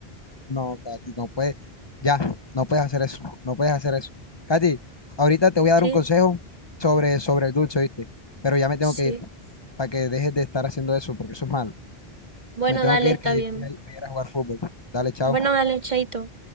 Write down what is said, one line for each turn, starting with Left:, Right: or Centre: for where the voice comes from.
Left: No, Katy, no puedes, ya, no puedes hacer eso, no puedes hacer eso. Katy, ahorita te voy a
Right: Sí,
Left: dar un consejo sobre, sobre el dulce, ¿viste? Pero ya me
Right: sí.
Left: tengo que ir, para que dejes de estar haciendo eso, porque eso es malo.
Right: Bueno,
Left: Me tengo
Right: dale,
Left: que ir,
Right: está
Left: que
Right: bien.
Left: voy a, voy a ir a jugar fútbol. Dale, chao.
Right: Bueno, dale, chaito.